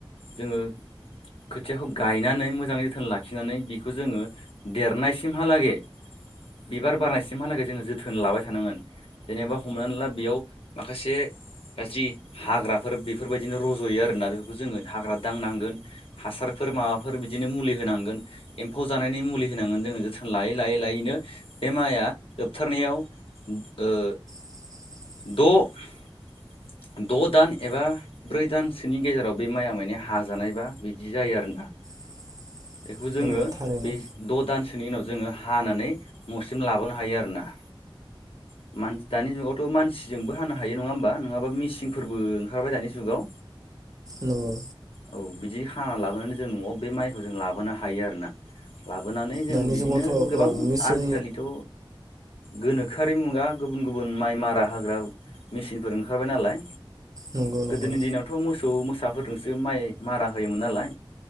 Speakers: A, on the left; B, on the right.
A: जोङो खोथियाखौ गायनानै मोजाङै जोथोन लाखिनानै बिखौ जोङो देरनायसिमहालागै बिबार बारनायसिमहालागै जोङो जोथोन लाबाय थानांगोन जेनेबा हमनानै ला बेयाव माखासे गाज्रि हाग्राफोर बेफोरबायदिनो रज'यो आरोना बेफोरखौ जोङो हाग्रा दांनांगोन हासार <unintelligible> माबाफोर बिदिनो मुलि होनांगोन। एम्फौ जानायनि मुलि होनांगोन जोङो जोथोन लायै -लायै -लायैनो बे माइआ जोबथारनायाव ओ
B: <inaudible>
A: द' द' दान एबा ब्रै दानसोनि गेजेराव बे माइया माने हाजानायबा बिदि जायो आरो। <unintelligible>
B: <inaudible>
A: बेखौ जोङो
B: नंगौ थारैनो
A: बे द' दानसोनि उनाव जोङो हानानै न'सिम लाबोनो हायो आरोना। <unintelligible> दानि जुगावथ' मानसिजोंबो हानो हायो नङा होमबा नङाबा <unintelligible> सिंफोरबो ओंखारबाय दानि जुगाव।
B: नंगौ
A: औ बिदि खाना लाबोनानै जों न'आव बे माइखौ जों लाबोनो हायो आरोना। लाबोनानै जों
B: दानि
A: बिदिनो
B: जुगावथ'
A: गोबां
B: औ मेचिन
A: आजिखालिथ' गोनोखो आरि मुगा गुबुन गुबुन माइ मारा होग्रा मेसिनफोर ओंखारबाय नालाय।
B: नंगौ
A: गोदोनि
B: नंगौ
A: दिनावथ' मोसौ मोसाफोरजोंसो माइ मारा होयोमोन नालाय